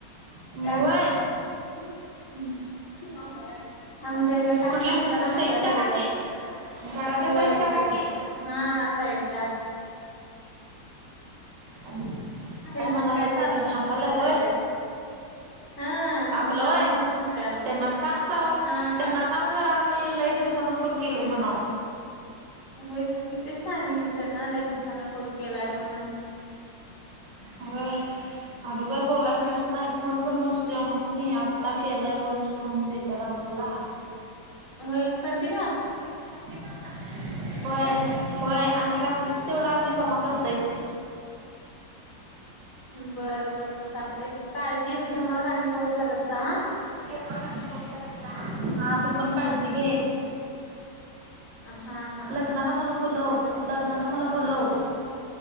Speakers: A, on the right; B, on the left.
A: होय.
B: काय <unintelligible> आमच्या इथल्या काकी
A: कुठल्या
B: मोठ्यान हसाय
A: साईडच्या
B: लागल्यात,
A: काकी घराच्या
B: होय साईडच्या.
A: काकी
B: हा साईडच्या.
A: आणि
B: त्यांचं
A: काय म्हणाल्यात
B: चालू
A: तेंही
B: आहे म्हणून
A: हसायल्यात
B: खेळागत
A: होय.
B: हा
A: आपल
B: हसायला
A: होय,
B: नव मोठ्यानं
A: त्यांना सांग तवा
B: हा
A: त्यांना सांग जरा आम्ही लई दिवसान फोन केलोय म्हणाव,
B: होयच कि तीच सांगितलं त्यांना लयच दिवसाांन फोन केलाय म्हणून.
A: होय
B: <unintelligible>
A: अदुगर बोलाय मिळत नाय, फोन पण नसतो आमास्नी, आता केलाय रोज फोन देतात आम मला.
B: होय की कंटिन्यू अस्तय.
A: <unintelligible> होय होय आणि रात्रीच तेवढा आम्ही जमा करतोय.
B: बर बरबर चालतेय, काळजी घ्या मग आणि फोन करत जा हां
A: मला फोन करत जा हा हा तू पण काळजी घे
B: हा हा
A: लग्नाला
B: हा
A: मला बोलव लग्नाला मला बोलव